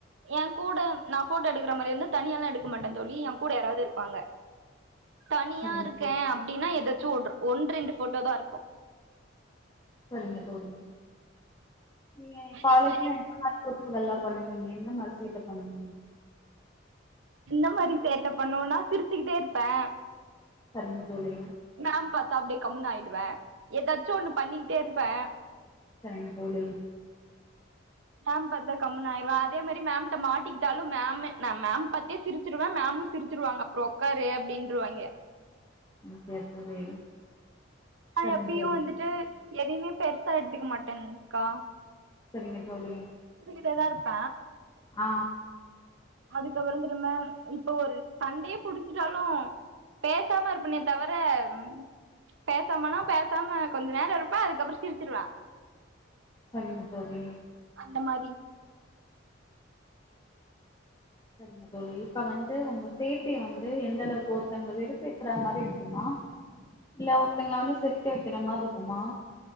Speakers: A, on the right; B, on the left.
A: ஏ கூட நா ஃபோட்டோ எடுக்குற மாரிருந்தா தனியால்லா எடுக்க மாட்டே தோழி எ கூட யாராவ்து இருப்பாங்க தனியாருக்கே
B: சரிங்க தோழி
A: அப்டின்னா எதாச்சு ஒட்‌ ஒன் ரெண்டு ஃபோட்டோ தா இருக்கு
B: சேரிங்க தோழி நீங்க
A: அதே
B: காலேஜ்ல
A: மாரி
B: <inaudible> குறும்புகெல்லா பண்ணுவீங்க எந்த மாரி சேட்ட பண்ணுவீங்க
A: இந்த மாரி சேட்ட பண்ணுவொன்னா சிரிச்சுக்கிட்டே இருப்பே
B: சரிங்க தோழி
A: மேம் பாத்தா அப்டியே கம்முன் ஆயிடுவே எதாச்சு ஒன்னு பண்ணிகிட்டே இருப்பே
B: சேரிங்க தோழி
A: மேம் பாத்தா கம்முனு ஆயிருவா அதே மாரி மேம் கிட்ட மாட்டிக்கிட்டாலும் மேமு நா மேம் பாத்தே சிருச்சுருவ மேமு சிருச்சுருவாங்க அப்புறௌ உக்காரு அப்டின்ருவாங்கே
B: அப்டியா தோழி
A: ஆ
B: சரிங்க
A: எப்பயு
B: தோழி
A: வந்துட்டு எதையுமே பெருசா எடுத்துக்க மாட்டேன்க்கா
B: சேரிங்க தோழி
A: இங்தா இருப்ப
B: ஆ
A: அதுக்கப்புறோ வந்துட்டு என்ன இப்ப ஒரு சண்டைய புடுச்சுட்டாலு பேசாம இருப்பனே தவர ம் பேசாமனா பேசாம கொஞ்ச நேரோ இருப்ப அதுக்கப்புறோ சிருச்சுருவ
B: சேரிங்க தோழி
A: அந்த மாரி
B: சேரிங்க தோழி இப்ப வந்து உங்க சேஃப்டிய வந்து எந்த அளவுக்கு ஒருத்தங்கள வெருப்பேத்துற மாரி இருக்குமா இல்ல ஒருத்தங்கள வந்து சிரக்க வெக்குற மாரி இருக்குமா